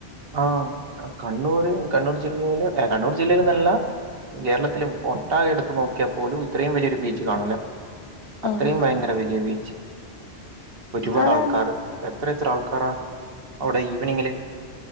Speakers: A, on the right; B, on the left.
A: ആഹ് കണ്ണൂര് കണ്ണൂർ ജില്ലേല് എ കണ്ണൂർ ജില്ലേൽന്നെല്ലാ കേരളത്തില് ഒട്ടാകെ എട്ത്ത് നോക്ക്യാപ്പോലും ഇത്രേം വലിയൊരു ബീച്ച് കാണൂലാ
B: ആ
A: അത്രേം
B: ആ
A: ഭയങ്കര വല്യ ബീച്ച് ഒരുപാട്
B: അവിടെ
A: ആൾക്കാറ് എത്രെയെത്ര ആൾക്കാറാ അവ്ടെ ഈവെനിങ്ങ്ല്